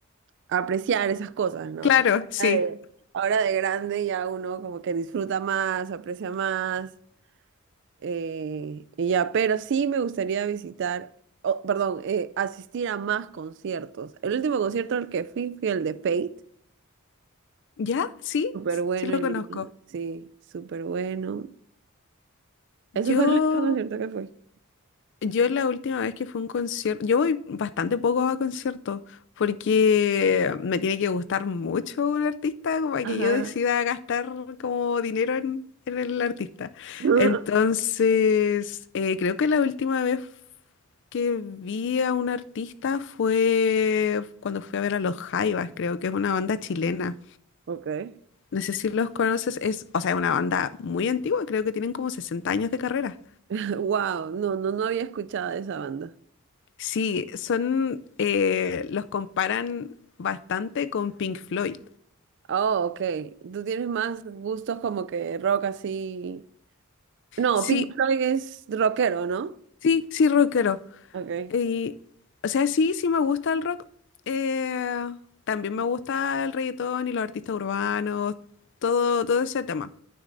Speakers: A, on the right (about 55°); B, on the left (about 55°).
A: apreciar esas cosas, ¿no?
B: Claro,
A: Pero
B: sí.
A: ahora de, ahora de grande ya uno como que disfruta más, aprecia más. Eh, y ya, pero sí me gustaría visitar, oh, perdón, eh, asistir a más conciertos. El último concierto al que fui fue el de Fate.
B: ¿Ya? Sí,
A: Súper bueno
B: sí lo
A: en
B: conozco.
A: Lima. Sí, súper bueno. Eso
B: Yo
A: fue el último concierto que fui.
B: Yo la última vez que fue un concierto, yo voy bastante poco a conciertos porque me tiene que gustar mucho un artista como para
A: Ajá.
B: que yo decida gastar como dinero en, en el artista.
A: <laughs>
B: Entonces, eh, creo que la última vez que vi a un artista fue cuando fui a ver a Los Jaivas, creo que es una banda chilena.
A: Ok. <laughs>
B: No sé si los conoces, es, o sea, es una banda muy antigua, creo que tienen como 60 años de carrera.
A: Wow, no, no, no había escuchado de esa banda.
B: Sí, son, eh, los comparan bastante con Pink Floyd.
A: Oh, ok. Tú tienes más gustos como que rock así. No,
B: Sí,
A: Pink Floyd es rockero, ¿no?
B: sí, sí, rockero.
A: Ok,
B: Y, o sea, sí, sí me gusta el rock. Eh, también me gusta el reggaetón y los artistas urbanos, todo, todo ese tema.